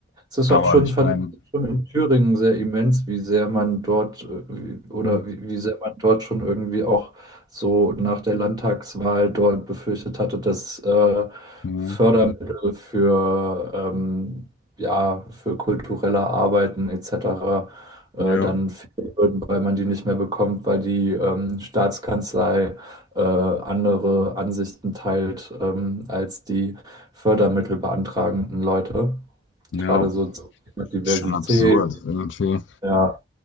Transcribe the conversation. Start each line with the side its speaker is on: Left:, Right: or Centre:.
Right: Es ist
Left: Aber
Right: auch schon,
Left: ich
Right: fand,
Left: meine,
Right: ich, schon in Thüringen sehr immens, wie sehr man dort äh, wie- oder
Left: hm,
Right: wie, wie sehr man dort schon irgendwie auch so nach der Landtagswahl dort befürchtet hatte, dass äh,
Left: hm,
Right: Fördermittel für, ähm, ja, für kulturelle Arbeiten etc. Äh,
Left: ja,
Right: dann fehlen würden, weil man die nicht mehr bekommt, weil die ähm, Staatskanzlei äh, andere Ansichten teilt ähm, als die Fördermittelbeantragenden Leute.
Left: ja,
Right: Gerade so zum Thema Diversität.
Left: schon absurd irgendwie.
Right: Ja,